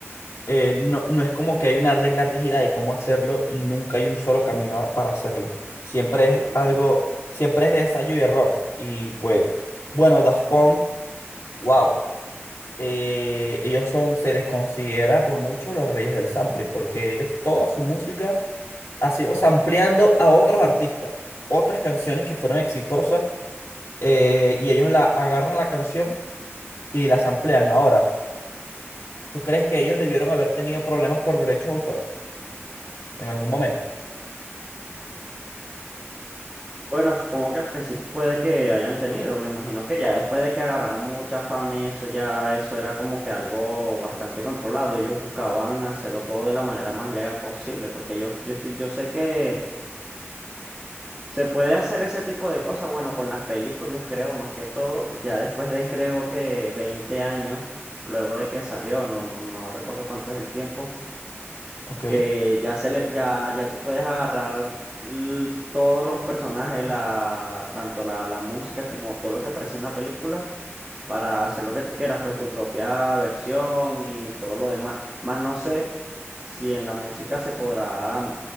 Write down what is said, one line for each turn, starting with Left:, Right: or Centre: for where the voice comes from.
Left: eh, no, no es como que hay una regla rígida de cómo hacerlo y nunca hay un solo camino a- para hacerlo. Siempre es
Right: Entiendo.
Left: algo, siempre es de ensayo y error. Y pues, bueno, Daft Punk, wow. eh, ellos son, se les considera por mucho los reyes del sampling, porque ellos toda su música ha sido sampleando a otros artistas, otras canciones que fueron exitosas, eh, y ellos la agarran la canción y la samplean. Ahora, ¿tú crees que ellos debieron haber tenido problemas por derecho de autor en algún momento?
Right: Bueno, supongo que al principio puede que hayan tenido, me imagino que ya después de que agarraron mucha fama y eso ya, eso era como que algo bastante controlado. Ellos buscaban hacerlo todo de la manera más legal posible, porque yo, yo estoy, yo sé que Se puede hacer ese tipo de cosas, bueno, con las películas creo, más que todo, ya después de creo que 20 años, luego de que salió, no, no, no recuerdo cuánto es el tiempo,
Left: Ok.
Right: que ya se le, ya, ya tú puedes agarrar l- todos los personajes, la, tanto la, la música como todo lo que aparece en la película, para hacer lo que tú quieras, pues tu propia versión y todo lo demás. Más no sé si en la música se podrá